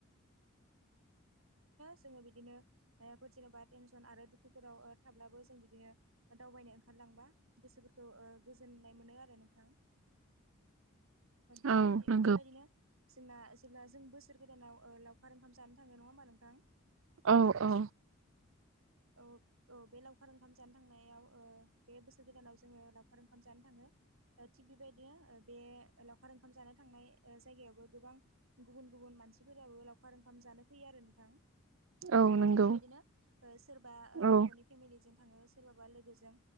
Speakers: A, on the right; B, on the right.
A: जोङो बिदिनो मफोर जेनेबा टेनसन आरो दुखुफोराव थाब्लाबो बो जों बिदिनो दावबायनो ओंखारलांबा गोसोफोरखौ गोजोननाय मोनो आरो नोंथां। थिग
B: औ
A: बेयदि
B: नंगौ
A: बेबायदिनो जोंना जेब्ला जों बोसोर गोदानाव ओ लावखार ओंखाम जानो थाङो नङा होनबा नोंथां
B: औ औ
A: औ औ बे लावखार ओंखाम जानो थांनायाव ओ बे बोसोर गोदानाव जोङो लावखार ओंखाम जानो थाङो थिग बेबायदिनो बे लावखार ओंखाम जानो थांनाय जायगायावबो गोबां गुबुन गुबुन गुबुन मानसिफोराबो लावखार ओंखाम जानो फैयो आरो नोंथां
B: औ नंगौ
A: थिग बेबायदिनो ओ सोरबा ओ
B: औ
A: न'खरनि फेमिलिजों थाङो सोरबाबा लोगोजों